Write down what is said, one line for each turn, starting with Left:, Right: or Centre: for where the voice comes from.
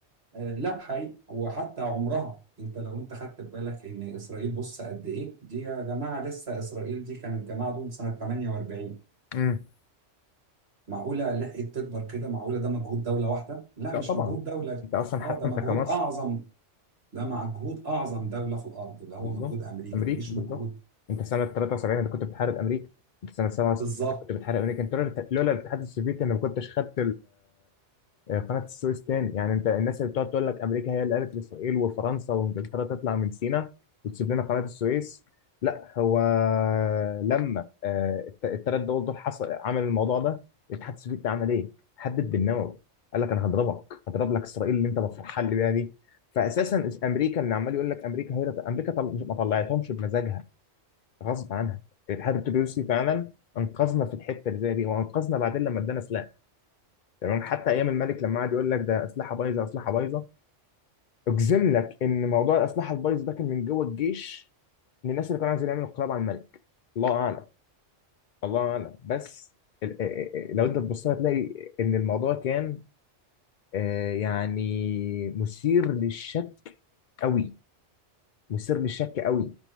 Right: آه، لا حقيقي وحتى عمرها انت لو انت خدت بالك ان اسرائيل بص قد ايه دي يا جماعة لسه اسرائيل دي كانت جماعة دول سنة 48
Left: مم.
Right: معقولة لحقت تكبر كده معقولة ده مجهود دولة واحدة لا
Left: لا
Right: مش
Left: طبعا
Right: مجهود دولة
Left: انت اصلا
Right: اه
Left: حتى
Right: ده مجهود
Left: انت كمصر
Right: أعظم ده مجهود أعظم دولة في الأرض اللي هو
Left: بالظبط
Right: مجهود أمريكا
Left: امريكا
Right: مش
Left: بالظبط
Right: مجهود
Left: انت سنه 73 انت كنت بتحارب امريكا انت سنه 67
Right: بالظبط
Left: انت كنت بتحارب امريكا انت لولا لولا الاتحاد السوفيتي انا ما كنتش خدت آه، قناة السويس تاني يعني انت الناس اللي بتقعد تقول لك امريكا هي اللي قالت لاسرائيل وفرنسا وانجلترا تطلع من سيناء وتسيب لنا قناة السويس لا هو لما آه، الت- التلات دول دول حصل عمل الموضوع ده الاتحاد السوفيتي عمل ايه؟ حدد بالنووي قال لك انا هضربك هضرب لك اسرائيل اللي انت مفرحان لي بيها دي فاساسا امريكا اللي عمال يقول لك امريكا هي امريكا طل... ما طلعتهمش بمزاجها غصب عنها الاتحاد الروسي فعلا انقذنا في الحته اللي زي دي وانقذنا بعدين لما ادانا سلاح تمام حتى ايام الملك لما قعد يقول لك ده اسلحه بايظه اسلحه بايظه اجزم لك ان موضوع الاسلحه البايظه ده كان من جوه الجيش من الناس اللي كانوا عايزين يعملوا انقلاب على الملك الله اعلم الله اعلم بس ال- ال- لو انت تبص لها تلاقي ان الموضوع كان آه، يعني مثير للشك قوي مثير للشك قوي